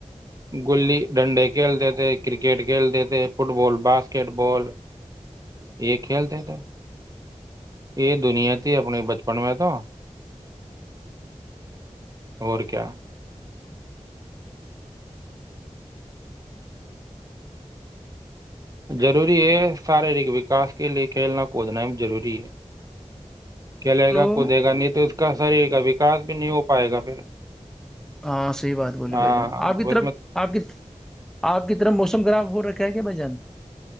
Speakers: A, on the right (about 30°); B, in the centre.
A: گلی ڈنڈے کھیلتے تھے کرکٹ کھیلتے تھے فٹ بال باسکٹ بال یہ کھیلتے تھے یہ دنیا تھی اپنے بچپن میں تو اور کیا ضروری ہے شارییرک وکاس کے لے کھیلنا کودنا ضروری ہے کیالے
B: ہلو
A: گا کوئی دے گا نہیں تو اس کا شریر کا وکاس بھی نہیں ہو پائے گا پھر
B: ہاں صحیح بات بولی
A: ہاں
B: بھائی جان آپ کی
A: اس
B: طرف
A: میں
B: آپ کی آپ کی طرف موسم خراب وہ رکھا ہے کیا ب جان